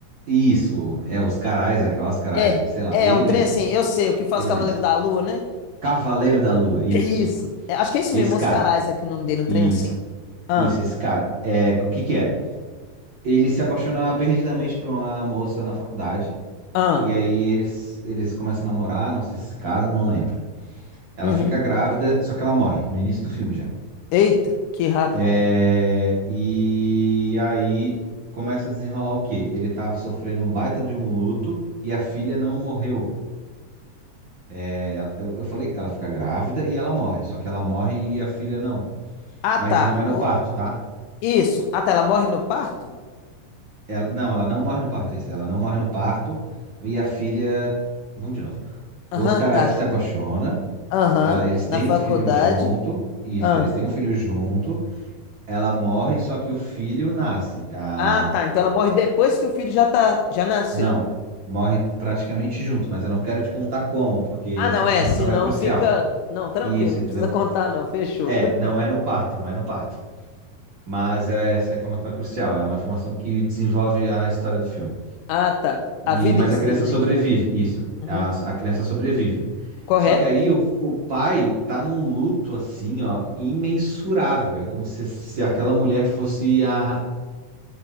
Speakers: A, on the right; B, on the left.
A: Isso, é Oscar Isaac, Oscar
B: É,
A: Isaac, sei lá,
B: é
A: ele
B: é um trem
A: mesmo,
B: assim, eu sei, o que faz
A: ele
B: Cavaleiro
A: mesmo.
B: da Lua, né?
A: Cavaleiro da Lua, isso.
B: É isso. É, acho que é isso
A: Esse
B: mesmo,
A: cara,
B: Oscar Isaac, o nome dele, um
A: isso,
B: trem assim. Ah,
A: isso, esse cara. É, o que que é? Ele se apaixona perdidamente por uma moça na faculdade,
B: ah.
A: e aí eles, eles começam a namorar, não sei se se casam, não lembro. Ela
B: Uhum.
A: fica grávida, só que ela morre, no início do filme já.
B: Eita, que rápido.
A: É, e aí começa a desenrolar o quê? Ele tá sofrendo um baita de um luto, e a filha não morreu. É, ela- eu, eu falei, ela fica grávida e ela morre, só que ela morre e a filha não.
B: Ah,
A: Mas
B: tá.
A: e não é no
B: O-
A: parto, tá?
B: isso. Ah, tá, ela morre no parto?
A: Ela, não, ela não morre no parto, é isso. Ela não morre no parto. E a filha. Vamos de novo. O
B: Aham,
A: Oscar
B: tá.
A: Isaac se apaixona.
B: Aham,
A: Ela, eles têm
B: na faculdade.
A: um filho junto. Isso,
B: Ah.
A: eles têm um filho junto. Ela morre, só que o filho nasce. A...
B: Ah, tá. Então ela morre depois que o filho já tá, já nasceu.
A: Não, morre praticamente junto, mas eu não quero te contar como, porque
B: Ah,
A: essa
B: não
A: informação
B: é. Senão
A: é crucial.
B: fica. Não, tranquilo.
A: Isso, entendeu?
B: Não precisa contar, não. Fechou.
A: É,
B: <laughs>
A: não é no parto, não é no parto. Mas é- essa informação é crucial. É uma informação que desenvolve a história do filme.
B: Ah, tá. A
A: E,
B: vida
A: mas
B: em si,
A: a criança
B: né,
A: sobrevive,
B: que chama.
A: isso.
B: Uhum.
A: A, a criança sobrevive.
B: Correto?
A: Só que aí o, o pai tá num luto assim, ó, imensurável. É como se, se aquela mulher fosse a,